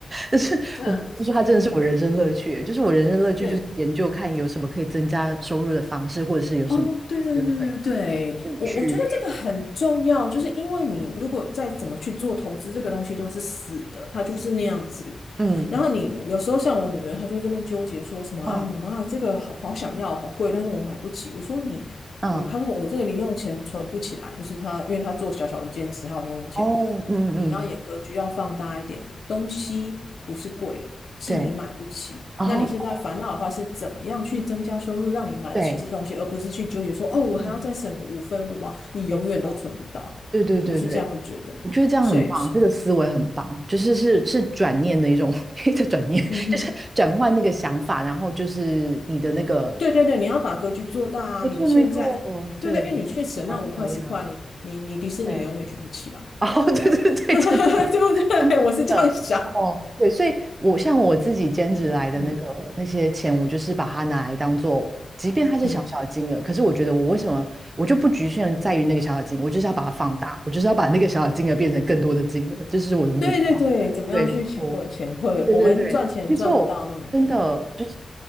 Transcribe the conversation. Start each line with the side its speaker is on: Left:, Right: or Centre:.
Right: 就是我不得不说它真的是我人生乐趣欸，
Left: 这嗯
Right: 就是我人生乐趣就是研究看有什么可以增加收入的方式，
Left: 对，
Right: 或者是有什么思路可以
Left: 哦，对对对对对，
Right: 可以去，
Left: 我我觉得这个很重要，就是因为你如果再怎么去做投资，这个东西都是死的，它就是那样子。
Right: 嗯嗯
Left: 然后你有时候像我女儿，她就会这边纠结说什么，哎呀，
Right: 嗯
Left: 妈妈，这个好好想要，好贵，但是我买不起。我说你，
Right: 嗯
Left: 我，她说我这个零用钱存不起来，就是她，因为她做小小的兼职还有零用钱。
Right: 哦嗯嗯嗯
Left: 我说你要演格局要放大一点，东西不是贵，是你买不起。
Right: 对哦
Left: 那你现在烦恼的话是怎么样去增加收入，让你买得起这东西，
Right: 对
Left: 而不是去纠结说，哦，我还要再省个五分五毛，
Right: 嗯
Left: 你永远都存不到。
Right: 对对对对对，
Left: 我是这样觉得，
Right: 我觉得这样很棒，
Left: 所以，
Right: 这个思维很棒，就是是是转念的一种 <laughs> 一个转念，
Left: 嗯哼。
Right: <laughs> 就是转换那个想法，然后就是你的那个
Left: 对对对，你要把格局做大啊！
Right: 没错没错，
Left: 你现在，
Right: 对，
Left: 对对，因为你去省那五块十块，
Right: 不喜欢这样，
Left: 你你你迪士尼永远去不起啊！
Right: 对 <laughs>，哦，<laughs>
Left: 对啊，
Right: 对对对，
Left: <laughs>
Right: 真的
Left: 对不对？
Right: 真的真的，
Left: <laughs> 我是这样想，
Right: 哦，对，所以我像我自己兼职来的那个那些钱，
Left: 嗯
Right: 我就是把它拿来当做，即便它是小小的金额，
Left: 嗯，
Right: 可是我觉得我为什么我就不局限在于那个小小金额，我就是要把它放大，我就是要把那个小小金额变成更多的金额，这是我的目标。
Left: 对对对，怎么样去钱滚钱会？
Right: 对，我。对对对，
Left: 我们赚钱赚不到那么多，
Right: 没错，真的就是